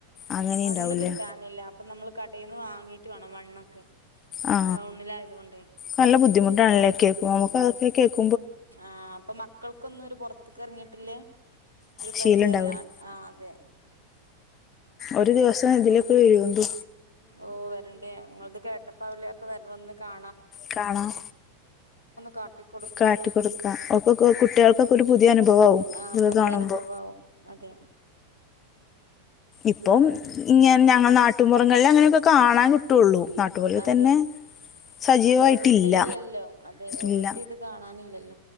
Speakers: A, on the left; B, on the right.
A: അങ്ങനെ
B: മണ്ണ്
A: ഉണ്ടാവില്ലേ
B: കിട്ടാനില്ല അപ്പൊ നമ്മള് കടേന്ന് വാ ങ്ങീട്ട് വേണം മണ്ണൊക്കെ
A: ആ
B: ടൗണിലായതുകൊണ്ടേ
A: നല്ല ബുദ്ധിമുട്ടാണല്ലേ കേൾക്കുബം നമുക്കതൊക്കെ കേക്കും
B: ആ അപ്പം മക്കൾക്കൊന്നുംഒരു പൊറത്ത്ക്ക് എറങ്ങി ല്ല് ഒരു
A: ശീലം
B: പരിചയല്ല
A: ഉണ്ടാവില്ല
B: ആ അതെ
A: ഒരു ദിവസം ഇതിലേഒക്കെ വരൂണ്ടു
B: ഓ വരണ്ടേ ങ്ങളത് കേട്ടപ്പാ വില്ലേ വരണന്ന് കാ
A: കാണാം
B: കാട്ടിക്കൊടുക്കാനും
A: കാട്ടിക്കൊടുക്കാം ഒക്കോക്കോ കുട്ടികൾക്കൊക്കെ ഒരു പുതിയ അനുഭവാവും
B: ആഹ്
A: ഇതൊക്കെ
B: പുതിയ
A: കാണുമ്പോ
B: അനുഭവാവും അതെ
A: ഇപ്പം ഇങ്ങ ഞങ്ങൾ നാട്ടുപുറങ്ങളിൽ അങ്ങനെയൊക്കെ കാണാൻ കിട്ടുള്ളൂ നാട്ടുപോലെ
B: അതെ
A: തന്നെ സജീവായിട്ടില്ല
B: ഇപ്പൊ എവിടെ ഇല്ലല്ലോ അതെ എവിടെ
A: ഇല്ല
B: ഇത് കാണാനില്ലല്ലോ